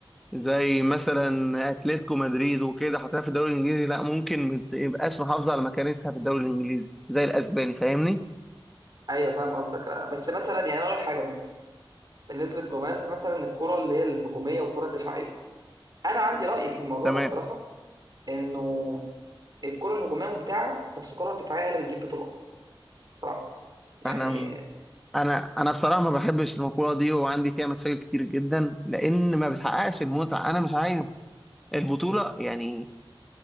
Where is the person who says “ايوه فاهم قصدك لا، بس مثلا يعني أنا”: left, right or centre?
Right